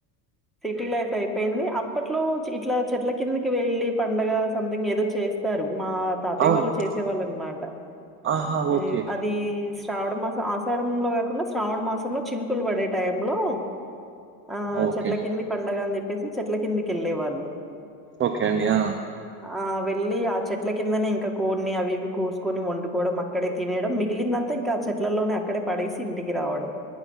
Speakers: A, in the centre; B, on the right.
A: సిటీ లైఫ్ అయిపోయింది అప్పట్లో ఇట్లా చెట్ల కిందికి వెళ్ళి పండగ సంథింగ్ ఏదో చే చేస్తారు మా తాతయ్య
B: అవును.
A: వాళ్ళు చేసే వాళ్ళనమాట
B: ఆహా! ఓకే.
A: ఏ అది శ్రావణ మాసం ఆషాడంలో కాకుండా శ్రావణ మాసంలో చినుపులు పడే టైం లో ఆ
B: ఓకే
A: చెట్ల
B: అండి.
A: కింది పండగ అని చెప్పేసి చెట్ల కిందికెళ్ళే వాళ్ళు
B: ఓకే అండి ఆ
A: ఆ వెళ్ళి ఆ చెట్ల కిందనే ఇంకా కోడిని అవి ఇవి కోసుకొని వండుకోవడం అక్కడే తినేయడం మిగిలిందం తా ఇంకా ఆ చెట్లల్లోనే అక్కడే పడేసి ఇంటికి రావడం